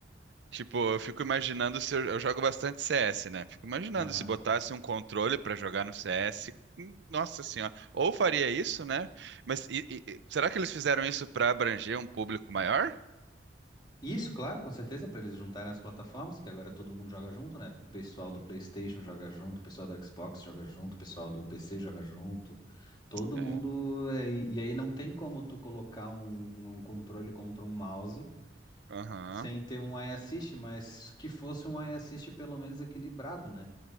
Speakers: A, on the right; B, on the left.
A: Tipo, eu fico imaginando se eu, eu jogo bastante CS, né? Fico imaginando
B: Aham.
A: se botasse um controle pra jogar no CS. hum, Nossa senhora. Ou faria isso, né? Mas e- e- e- será que eles fizeram isso pra abranger um público maior?
B: Isso, claro, com certeza, para eles juntarem as plataformas, que agora todo mundo joga junto, né? Pessoal do PlayStation joga junto, pessoal do Xbox joga junto, pessoal do PC joga junto. Todo
A: É.
B: mundo. é, E e aí não tem como tu colocar um, um controle contra um mouse
A: Aham.
B: sem ter um eye assist, mas que fosse um eye assist pelo menos equilibrado, né?